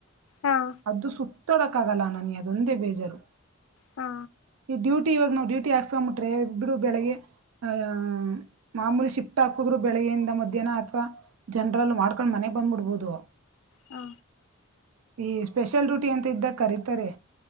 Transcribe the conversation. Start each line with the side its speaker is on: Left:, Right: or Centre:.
Left: ಹಾ
Right: ಅದು ಸು ತೊಡಕ್ಕಾಗಲ್ಲ ನಾ ನನ್ಗೆ ಅದೊಂದೇ ಬೇಜಾರು.
Left: ಹಾ.
Right: ಈ ಡ್ಯೂಟಿ ಇವಾಗ ನಾವು ಡ್ಯೂಟಿ ಹಾಕ್ಸ್ಕೊಂಡ್ಬಿಟ್ರೆ ಬಿಡು ಬೆಳಗ್ಗೆ ಅ ಮಾಮೂಲಿ ಶಿಫ್ಟ್ ಹಾಕುದ್ರು ಬೆಳಗ್ಗೆಯಿಂದ ಮಧ್ಯಾಹ್ನ ಅಥ್ವಾ ಜನರಲ್ ಮಾಡ್ಕೊಂಡ್ ಮನೆಗ್ ಬಂದ್ಬಿಡ್ಬಹದು.
Left: ಹಾ.
Right: ಈ ಸ್ಪೆಷಲ್ ಡ್ಯೂಟಿ ಅಂತ ಇದ್ದಾಗ ಕರಿತಾರೆ.